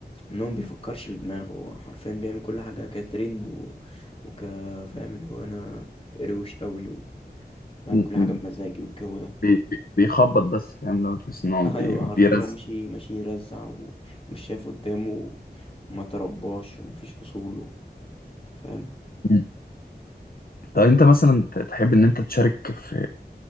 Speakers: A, on the left; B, on the left.
A: ان هو مبيفكرش بدماغه هو حرفيا بيعمل كل حاجة كترند و... وك فاهم اللي هو انا روش قوي وبعمل
B: م-
A: كل حاجة
B: م-
A: بمزاجي والجو ده
B: بي- بي- بيخبط بس فاهم لو تحس إن هو
A: <laughs>
B: بي-
A: ايوه حرفيا
B: بيرزق
A: هو ماشي ماشي يرزع ومش شايف قدامه وما ترباش ومفيش اصوله فاهم
B: م. طب أنت مثلا ت- تحب إن أنت تشارك في